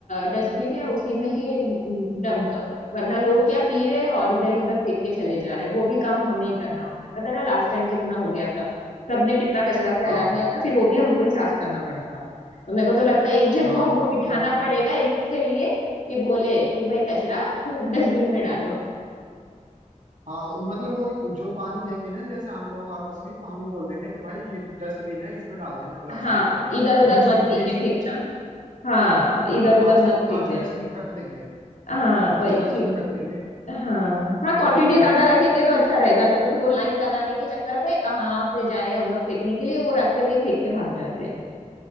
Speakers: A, on the left; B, on the right.
A: डस्टबिन है उसी में ही डम करो वरना लोग क्या पी रहे हैं और इधर उधर फेंक के चले जा रहे हैं वो भी काम हमें ही करना हो रहा है पता है ना लास्ट टाइम कितना हो गया था सबने कितना कचरा फैला
B: हाँ
A: दिया था फिर वो भी हमको ही साफ करना पड़ा था तो मेरे को तो लगता है एक जन
B: हाँ
A: को हमको
B: और
A: बिठाना
B: वो
A: पड़ेगा इसके लिए कि बोले कि भाई कचरा डस्टबिन में डालो
B: हाँ मतलब वो जो पानी देंगे ना जैसे हम लोग आपस में तो हम ही बोल देंगे कि भाई ये डस्टबिन है इसमें डाल देना गिलास
A: हाँ
B: पी करके
A: इधर उधर
B: बीच
A: मत
B: बीच
A: फेंके
B: बीच बीच
A: फेंकना
B: में
A: हाँ इधर
B: हाँ
A: उधर
B: पांच छह
A: मत
B: पांच
A: फेंक देना
B: छह डस्टबिन रख देंगे
A: हाँ
B: पांच
A: वही
B: छह
A: कि
B: डस्टबिन रख देंगे
A: हाँ हाँ क्वांटिटी
B: और
A: ज्यादा रखेंगे तो अच्छा रहेगा नहीं तो फिर वो लाइन लगाने के चक्कर में कहाँ से जाए हम लोग फेंकने के लिए वो रास्ते में ही फेंक के भाग जाते हैं